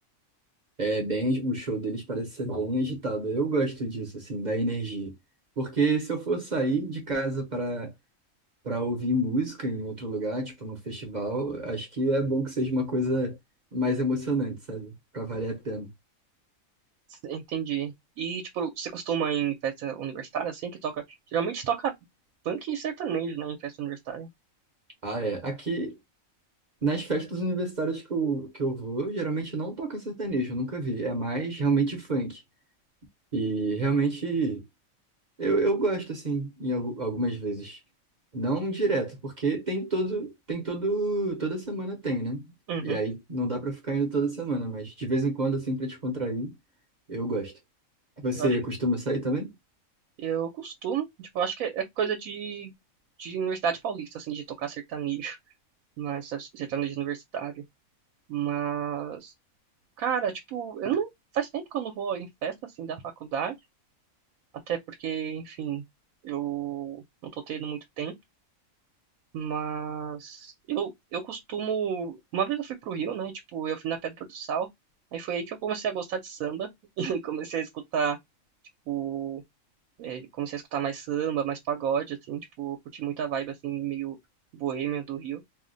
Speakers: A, on the right; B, on the right.
A: É bem, o show deles parece ser bem agitado. Eu gosto disso, assim, da energia. Porque se eu for sair de casa para para ouvir música em outro lugar, tipo num festival, acho que é bom que seja uma coisa mais emocionante, sabe? Para valer a pena.
B: Entendi. E, tipo, você costuma ir em festa universitária, assim, que toca... Geralmente toca funk e sertanejo, né, em festa universitária.
A: Ah, é. Aqui, Nas festas universitárias que eu, que eu vou, geralmente não toca sertanejo, eu nunca vi. É mais realmente funk. E realmente eu, eu gosto, assim, em algu- algumas vezes. Não direto, porque tem todo, tem todo, toda semana tem, né?
B: Uhum.
A: E aí não dá pra ficar indo toda semana, mas de vez em quando, assim, pra descontrair, eu gosto. Você
B: Eu acho,
A: costuma sair também?
B: eu costumo, tipo, eu acho que é coisa de, de Universidade Paulista, assim, de tocar sertanejo, <laughs> mas sertanejo universitário. Mas Cara, tipo, eu não. Faz tempo que eu não vou em festa assim da faculdade, até porque, enfim, eu não tô tendo muito tempo, mas eu, eu costumo. Uma vez eu fui pro Rio, né? Tipo, eu fui na Pedra do Sal, aí foi aí que eu comecei a gostar de samba <laughs> e comecei a escutar, tipo, é, comecei a escutar mais samba, mais pagode, assim, tipo, eu curti muita vibe, assim, meio boêmia do Rio.